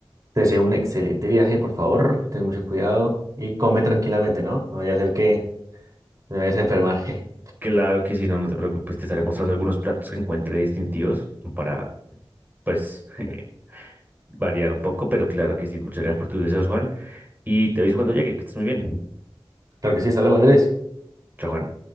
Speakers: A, on the right; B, on the right.
A: te deseo un excelente viaje, por favor, ten mucho cuidado y come tranquilamente, ¿no? No vaya a ser que me vayas a enfermar. <laughs>
B: Claro que si no, no te preocupes, te estaré mostrando algunos platos que encuentre distintivos para, pues. <laughs> variar un poco, pero claro que sí. Muchas gracias por tus deseos, Juan. Y te aviso cuando llegue, que estés muy bien.
A: Claro que sí, hasta luego, Andrés.
B: Chao, Juan.